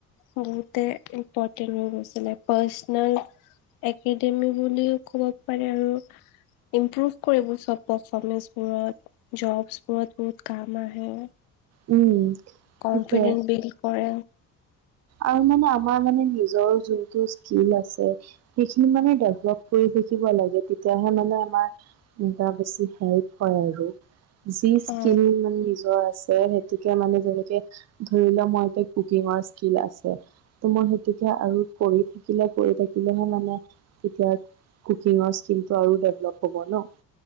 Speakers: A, on the left; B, on the right.
A: বহুতে ইম্পৰ্টেণ্ট হৈ গৈছিলে, পাৰ্চনেল একাডেমি বুলিও ক'ব পাৰে আৰু। ইম্প্ৰুভ কৰিব চব পাৰফৰ্মেঞ্চবোৰত। জবছ বোৰত বহুত কাম আহে।
B: উম।
A: কনফিডেন্স
B: সেইটোৱে
A: বিল্ড কৰে।
B: আৰু মানে আমাৰ মানে নিজৰ যোনটো স্কিল আছে, সেইখিনি মানে ডেভলপ কৰি শিকিব লাগে, তেতিয়াহে মানে আমাৰ এনেকোৱা বেছি হেল্প হয় আৰু। যি স্কিল
A: অ
B: মানে নিজৰ আছে সেইতুকে মানে যেনেকে ধৰি লও মই এ কুকিঙৰ আছে ত মই সেইতুকে আৰু কৰি থাকিলে কৰি থাকিলেহে মানে তেতিয়া কুকিঙৰ স্কিলটো আৰু ডেভেলপ হ'ব ন।